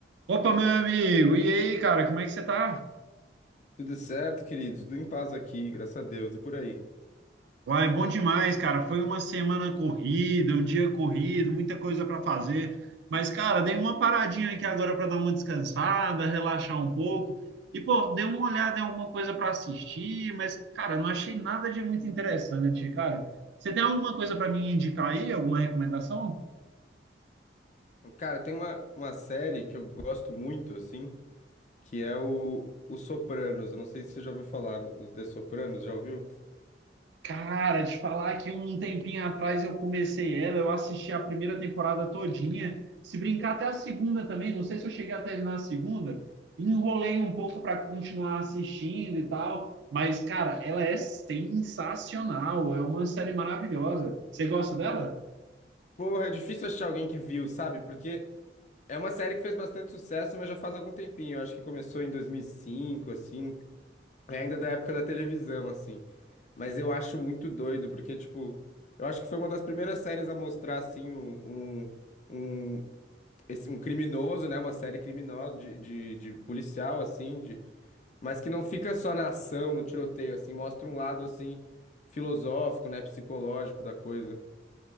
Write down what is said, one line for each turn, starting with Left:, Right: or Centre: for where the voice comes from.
Right: Opa, meu amigo! E aí, cara, como é que você tá?
Left: Tudo certo, querido? Tudo em paz aqui, graças a Deus, e por aí.
Right: Uai, bom demais, cara. Foi uma semana corrida, um dia corrido, muita coisa para fazer. Mas, cara, dei uma paradinha aqui agora para dar uma descansada, relaxar um pouco. E, pô, dei uma olhada em alguma coisa para assistir, mas, cara, não achei nada de muito interessante, cara. Você tem alguma coisa para me indicar aí? Alguma recomendação?
Left: Cara, tem uma, uma série que eu gosto muito, assim, que é o, o Sopranos. Eu não sei se você já ouviu falar nos The Sopranos, já ouviu?
Right: Cara, te falar que um tempinho atrás eu comecei ela, eu assisti a primeira temporada todinha, se brincar até a segunda também, não sei se eu cheguei a terminar a segunda, enrolei um pouco para continuar assistindo e tal, mas cara, ela é sensacional, é uma série maravilhosa. Você gosta dela?
Left: Porra, é difícil achar alguém que viu, sabe? Porque é uma série que fez bastante sucesso, mas já faz algum tempinho. Eu acho que começou em 2005, assim, é ainda da época da televisão, assim. Mas eu acho muito doido, porque, tipo, eu acho que foi uma das primeiras séries a mostrar, assim, um, um- um- esse- um criminoso, né? Uma série criminosa de, de, de policial, assim, de, mas que não fica só na ação, no tiroteio, assim, mostra um lado assim filosófico, né? Psicológico da coisa.